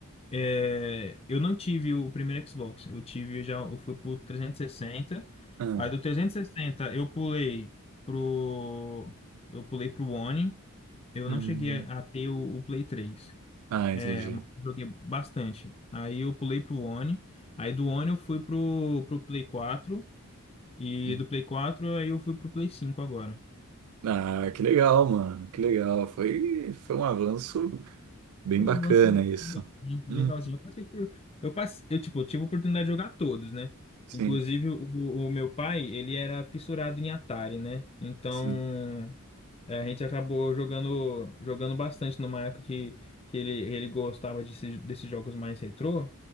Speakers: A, on the left; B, on the right.
A: É, eu não tive o primeiro Xbox, eu tive já, eu fui pro 360.
B: Ah,
A: Aí do 360, eu pulei pro eu pulei pro One. Eu
B: Hum.
A: não cheguei a a ter o, o Play 3.
B: Ah,
A: É,
B: entendi.
A: mas joguei bastante. Aí eu pulei pro One. Aí do One eu fui pro, pro Play 4. E
B: Hum.
A: do Play 4, aí eu fui pro Play 5 agora.
B: Ah, que legal, mano. Que legal. Foi, foi um avanço bem
A: Foi
B: bacana
A: um avanço
B: isso.
A: legalzinho, legalzinho.
B: Hum.
A: Eu passei por. Eu passei, eu, tipo, tive a oportunidade de jogar todos, né?
B: sim,
A: Inclusive, o, o meu pai, ele era fissurado em Atari, né? Então,
B: sim.
A: eh, a gente acabou jogando, jogando bastante numa época que, que ele, ele gostava desse- desses jogos mais retrô.